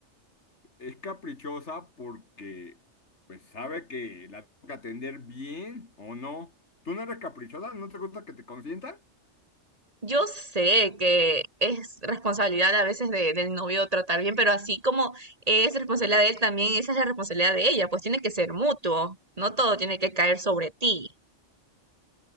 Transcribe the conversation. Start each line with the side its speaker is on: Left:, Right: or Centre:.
Left: Es caprichosa porque, pues, sabe que la tengo que atender bien o no. ¿Tú no eres caprichosa? ¿No te gusta que te consientan?
Right: Yo sé que es responsabilidad a veces de- del novio tratar bien, pero así como es responsabilidad de él, también esa es la responsabilidad de ella, pues tiene que ser mutuo, no todo tiene que caer sobre ti.